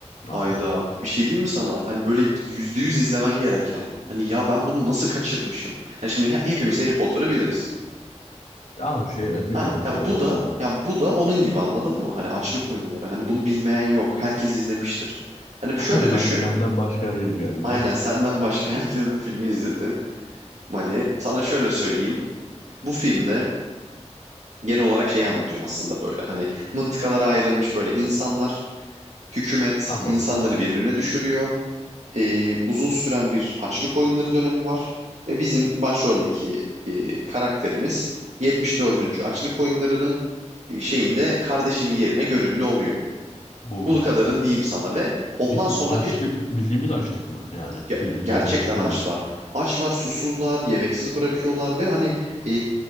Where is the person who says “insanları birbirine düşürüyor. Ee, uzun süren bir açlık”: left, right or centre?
Right